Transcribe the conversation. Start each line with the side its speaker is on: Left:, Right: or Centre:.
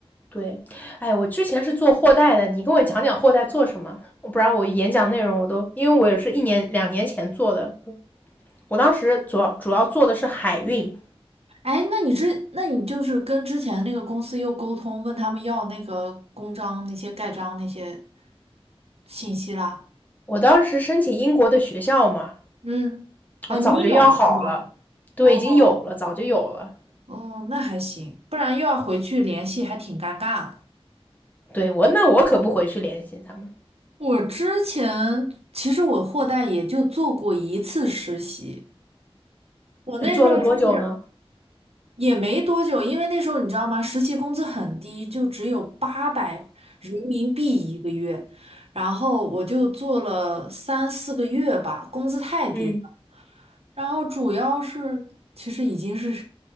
Left: 对，哎，我之前是做货代的，你跟我讲讲货代做什么，不然我演讲内容我都，因为我也是一年两年前做的，我当时主要主要做的是海运，
Right: 哎，那你之，那你就是跟之前那个公司又沟通，问他们要那个公章、那些盖章那些信息啦。
Left: 我当时申请英国的学校嘛，
Right: 嗯，啊，
Left: 我早就要好了，
Right: 你有是吗？
Left: 对，
Right: 哦
Left: 已经有了，早就有了，
Right: 哦，那还行，不然又要回去联系，还挺尴尬的
Left: 对我那我可不回去联系他们，
Right: 我之前其实我货代也就做过一次实习，我那时候是
Left: 做了多久呢？
Right: 也没多久，因为那时候你知道吗？实习工资很低，就只有八百人民币一个月，然后我就做了三四个月吧，工资太低了。
Left: 嗯，
Right: 然后主要是，其实已经是